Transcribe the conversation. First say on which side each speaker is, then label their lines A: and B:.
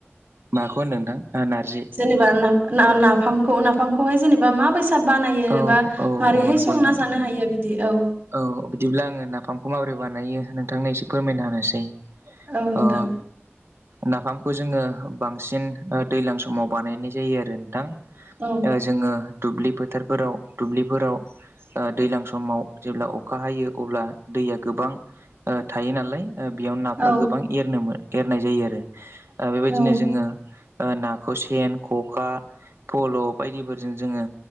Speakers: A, on the right; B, on the right.
A: माखौ होनदों नोंथां नारजि
B: जेनेबा नाफामखौ नाफामखौहाय जेनेबा माबायसा बानायो
A: औ
B: एबा
A: औ
B: मारैहाय
A: औ नंगौ
B: संना
A: नोंथां
B: जानो हायो बिदि औ
A: औ बिदिब्ला आङो नाफामखौ माबोरै बानायो नोंथांनो एसे फोरमायना होनोसै
B: औ नोंथां
A: ओ नाफामखौ जोङो बांसिन ओ दैज्लां समाव बानायनाय जायो आरो नोंथां
B: औ
A: ओ जोङो दुब्लि फोथारफोराव दुब्लिफोराव ओ दैज्लां समाव जेब्ला अखा हायो अब्ला दैया गोबां ओ थायो नालाय ओ बेयाव नाफ्रा
B: औ
A: गोबां एरनो एरनाय जायो आरो ओ बेबायदिनो
B: औ
A: जोङो ओ नाखौ सेन ख'खा फल' बायदिफोरजों जोङो